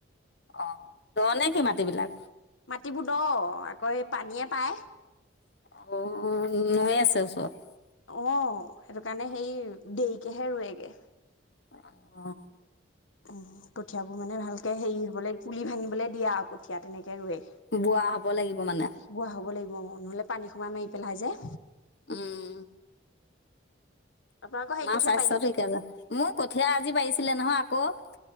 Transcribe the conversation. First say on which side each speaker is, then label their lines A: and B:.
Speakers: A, on the left; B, on the left.
A: অ দশ নেকি মাটি বিলাক
B: মাতিবোৰ দহ আকৌ এই পানীয়ে পায়
A: অ নৈ আছো <unintelligible> তাৰিছৰত <unintelligible> <unintelligible>
B: অ সেইটো কাৰণে সেই দেৰিকেহে ৰোৱেগে
A: অহ
B: উ কঠিয়াবোৰ মানে ভালকে হেৰি বলে পুলি ভাঙি বোলে দিয়া কঠিয়া তেনেকে ৱে
A: বোৱা হ'ব লাগিব মানে?
B: বোৱা হব লাগিব নহলে পানী সোমাই মাৰি <unintelligible> পেলাই যে
A: উম
B: আপোনালোকৰ হেৰি
A: মাৰ
B: কঠীয়া
A: স্বাস্থ্য
B: পাৰিলে?
A: ঠিক আছে, মোৰ কঠীয়া আজি পাৰিছিলে নহয়। ক'